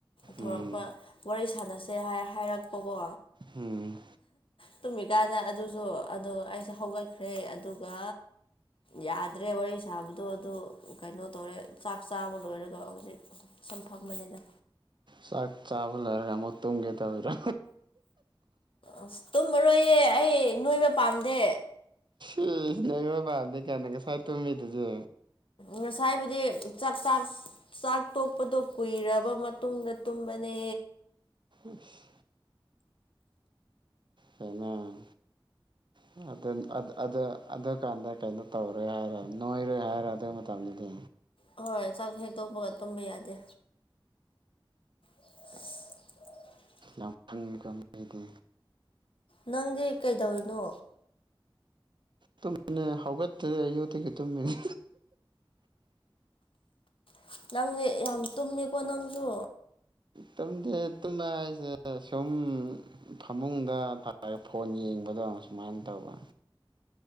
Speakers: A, on the left; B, on the right.
A: ꯊꯣꯔꯛꯄ
B: ꯎꯝ
A: ꯋꯥꯔꯤ ꯁꯥꯟꯅꯁꯦ ꯍꯥꯏ ꯍꯥꯏꯔꯛꯄꯀꯣ
B: ꯎꯝ
A: ꯇꯨꯝꯃꯤꯀꯥꯟꯗ ꯑꯗꯨꯁꯨ ꯑꯗꯣ ꯑꯩꯁꯦ ꯍꯧꯒꯠꯈ꯭ꯔꯦ ꯑꯗꯨꯒ ꯌꯥꯗ꯭ꯔꯦ ꯋꯥꯔꯤ ꯁꯥꯕꯗꯣ ꯑꯗꯨ ꯀꯩꯅꯣ ꯇꯣꯔꯦ ꯆꯥꯛ ꯆꯥꯕ ꯂꯣꯏꯔꯒ ꯍꯧꯖꯤꯛ ꯁꯨꯝ ꯐꯝꯕꯅꯤꯗ
B: ꯆꯥꯛ ꯆꯥꯕ ꯂꯣꯏꯔꯒ ꯑꯃꯨꯛ ꯇꯨꯝꯒꯦ ꯇꯧꯔꯤꯔꯣ
A: ꯑꯁ ꯇꯨꯝꯃꯤꯔꯣꯏꯌꯦ ꯑꯩ ꯅꯣꯏꯕ ꯄꯥꯝꯗꯦ
B: ꯏꯁ ꯅꯣꯏꯕ ꯄꯥꯝꯗꯦ ꯀꯥꯏꯅ ꯉꯁꯥꯏ ꯇꯃꯤꯗꯨꯗꯤ
A: ꯉꯁꯥꯏꯕꯨꯗꯤ ꯆꯥꯛ ꯆꯥꯛ ꯆꯥꯛ ꯇꯣꯛꯄꯗꯣ ꯀꯨꯏꯔꯕ ꯃꯇꯨꯡꯗ ꯇꯨꯝꯕꯅꯦ
B: ꯏꯁ ꯀꯩꯅꯣ <unintelligible> ꯑꯗꯨꯀꯥꯟꯗ ꯀꯩꯅꯣ ꯇꯧꯔꯣꯏ ꯍꯥꯏꯔꯦ ꯅꯣꯏꯔꯣꯏ ꯍꯥꯏꯔꯣ ꯑꯗꯨ ꯃꯇꯝꯗꯨꯗꯤ
A: ꯍꯣꯏ ꯆꯥꯛ ꯍꯦꯛ ꯇꯣꯛꯄꯒ ꯇꯨꯝꯕ ꯌꯥꯗꯦ <inaudible>
B: ꯌꯥꯝ ꯈꯡꯉꯤꯀꯣ ꯃꯤꯗꯤ
A: ꯅꯪꯗꯤ ꯀꯩꯗꯧꯔꯤꯅꯣ
B: ꯇꯨꯝꯃꯤꯅꯦ ꯍꯧꯒꯠꯇ꯭ꯔꯦ ꯑꯌꯨꯛꯇꯒꯤ ꯇꯨꯝꯃꯤꯅꯤ
A: ꯑꯁ ꯅꯪ ꯌꯥꯝ ꯇꯨꯝꯃꯦꯀꯣ ꯅꯪꯁꯨ
B: ꯇꯨꯝꯗꯦ <unintelligible> ꯍꯥꯏꯁꯦ ꯁꯨꯝ ꯐꯃꯨꯡꯗ ꯐꯣꯟ ꯌꯦꯡꯕꯗꯣ ꯁꯨꯃꯥꯏꯅ ꯇꯧꯕ